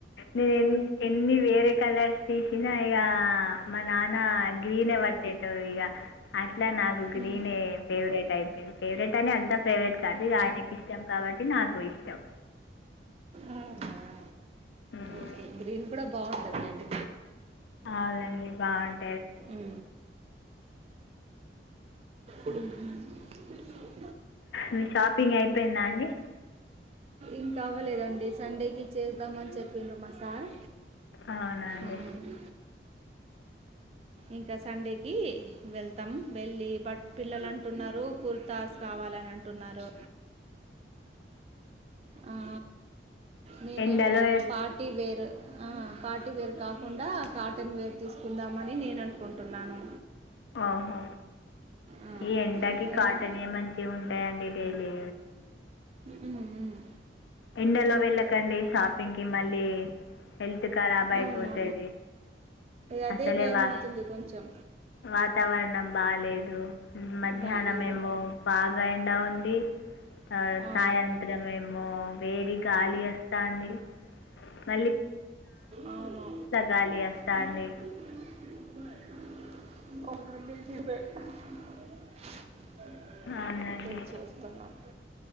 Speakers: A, on the left; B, on the right.
A: మేమ్ ఎన్ని వేరే కలర్స్ తీసినా ఇగా మా నాన్న గ్రీనే పట్టేటోడు ఇగా అట్లా నాకు గ్రీనే
B: ఉమ్.
A: ఫేవరెట్ టైపోయింది ఫేవరెట్ అని అంతా ఫేవరెట్ కాదు ఆయనకి ఇష్టం కాబట్టి నాకు ఇష్టం.
B: ఆహా
A: ఉమ్.
B: ఓకే గ్రీన్ కూడా బాగుంటదిలేండి
A: అవునండి బాన్
B: ఉ ఉ ఉహు
A: మీ షాపింగ్ అయిపోయిందా అండి
B: ఇంకా అవ్వలేదండి సండేకి చేస్దమని చెప్పిండ్రు మా సార్
A: అవునండి
B: ఉమ్. ఇంకా సండేకి వెళ్తాం వెళ్ళి బట్ పిల్లలు అంటున్నారు కుర్తా స్ కావాలని అంటున్నారు ఆ నేనేమో
A: ఎండలో ఎత్-
B: పార్టీ వేరు ఆ పార్టీ వేర్ కాకుండా కాటన్ వేర్ తీసుకుందామని నేను అనుకుంటున్నాను
A: ఆహా
B: ఆ,
A: ఈ ఎండాకి కాటన్
B: అండ్
A: ఏ మంచి ఉంటాయండి డైలీ
B: ఉమ్, ఉమ్.
A: ఎండలో వెళ్ళకండి షాపింగ్కి మళ్ళీ హెల్త్ ఖరాబ్ అయిపోతుంది
B: అవునా అదే
A: అసలే
B: భయంమవుతుంది
A: వా
B: కొంచెం
A: వాతావరణం బాలేదు మధ్యాహ్నం
B: బాగాలేదు
A: ఏమో బాగా ఎండా ఉంది ఆ
B: అవును
A: సాయంత్రం ఏమో వేడి గాలి అస్తోంది మ
B: అవును
A: గాలి వస్తుంది
B: <unintelligible>
A: అవునండి
B: వెయిట్ చేస్తున్నాం